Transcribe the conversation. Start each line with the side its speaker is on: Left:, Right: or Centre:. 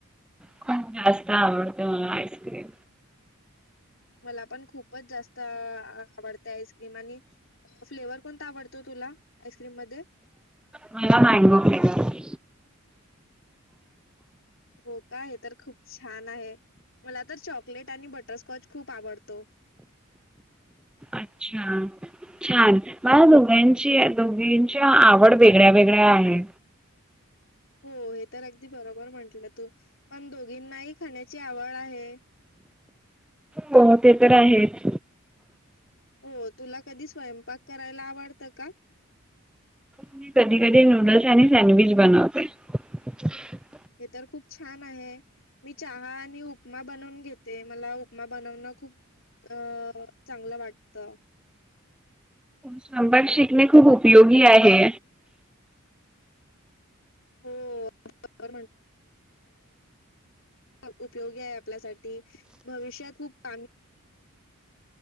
Centre: खूप जास्त आवडते मला आईस्क्रीम.
Left: मला पण खूपच जास्त आ आ आवडते आईस्क्रीम आणि फ्लेवर कोणता आवडतो तुला आईस्क्रीम मध्ये?
Centre: मला मॅंगो फ्लेवर.
Left: हो का, हे तर खूप छान आहे मला तर चॉकलेट आणि बटरस्कॉच खूप आवडतो.
Centre: अच्छा छान मला दोघांची, दोघींची आवड वेगळ्या, वेगळ्या आहे.
Left: हो, हे तर अगदी बरोबर म्हंटल तू पण दोघींनाही खाण्याची आवड आहे.
Centre: हो ते तर आहेच.
Left: हो तुला कधी स्वयंपाक करायला आवडत का?
Centre: मी कधी, कधी नूडल्स आणि सँडविच बनवते. <inaudible>
Left: हे तर खूप छान आहे, मी चहा आणि उपमा बनवून घेते मला उपमा बनवण खूप अ चांगल वाटत.
Centre: सबळ शिकणे खूप उपयोगी आहे.
Left: हो. <inaudible> उपयोगी आहे आपल्यासाठी. भविष्यात खूप <inaudible>